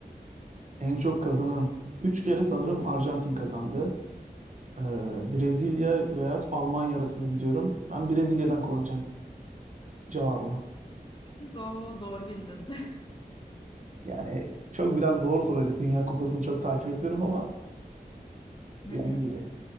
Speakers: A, on the right; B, on the left.
A: En çok kazanan 3 kere sanırım Arjantin kazandı. Ee, Brezilya veya Almanya arasında gidiyorum. Ben Brezilya'dan kullanacağım. cevabımı.
B: Bingo, doğru bildin. <laughs>
A: Yani çok biraz zor soruydu. Dünya Kupası'nı çok takip etmiyorum ama
B: Hı
A: dediğin
B: hı.
A: gibi.